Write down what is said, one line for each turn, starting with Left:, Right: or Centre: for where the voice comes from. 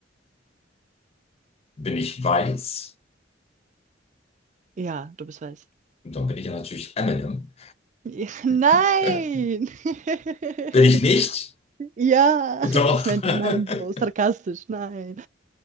Left: bin ich weiß?
Right: ja, du bist weiß.
Left: Und dann bin ich ja natürlich Eminem.
Right: Ja, nein!
Left: <laughs>
Right: <laughs>
Left: Bin ich nicht?
Right: Ja,
Left: Doch.
Right: ich meinte
Left: <laughs>
Right: nein, so sarkastisch, nein.